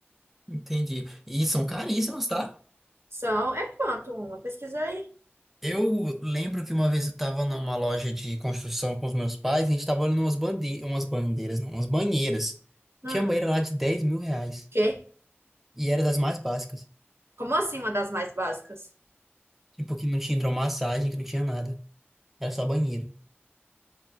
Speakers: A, in the centre; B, on the right.
A: Entendi. E são caríssimas, tá?
B: São, é quanto uma? Pesquisa aí.
A: Eu lembro que uma vez eu tava numa loja de construção com os meus pais, e a gente tava olhando umas bande... umas bandeiras, não, umas banheiras.
B: Hum,
A: Tinha banheira lá de 10 mil reais.
B: quê?
A: E era das mais básicas.
B: Como assim uma das mais básicas?
A: Tipo, que não tinha hidromassagem, que não tinha nada. Era só banheiro.